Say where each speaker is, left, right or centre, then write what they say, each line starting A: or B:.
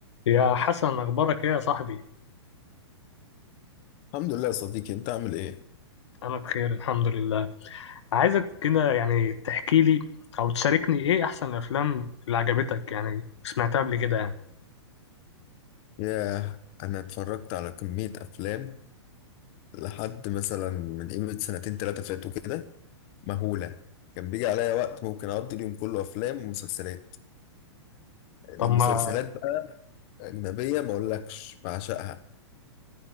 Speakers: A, on the left; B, on the left.
A: يا حسن أخبارك إيه يا صاحبي؟
B: الحمد لله يا صديقي انت عامل ايه
A: أنا بخير الحمد لله عايزك كده يعني تحكي لي أو تشاركني إيه أحسن الأفلام اللي عجبتك يعني سمعتها قبل كده يعني
B: ياه انا اتفرجت على كمية افلام لحد مثلا من قيمة سنتين تلاتة فاتوا كده مهولة كان بيجي عليا وقت ممكن اقضي اليوم كله افلام ومسلسلات المسلسلات
A: طب ما
B: بقى اجنبية ما اقولكش بعشقها